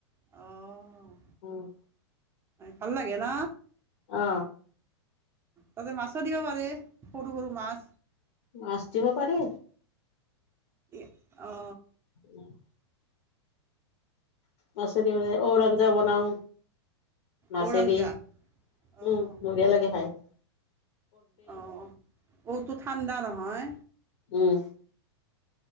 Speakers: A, on the right; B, on the left.
A: অ'
B: উম <inaudible>
A: ভাল লাগে ন?
B: অ।
A: তাতে মাছো দিব পাৰে, সৰু- সৰু মাছ।
B: মাছ দিব পাৰি?
A: এ অ।
B: উম। মাছে দিবলে ঔৰ আঞ্জা বনাও। মাছেদি
A: ঔৰ আঞ্জা
B: উম
A: অ'
B: বঢ়িয়া লাগে খায়।
A: অ ঔটো ঠাণ্ডা নহয়।
B: উম।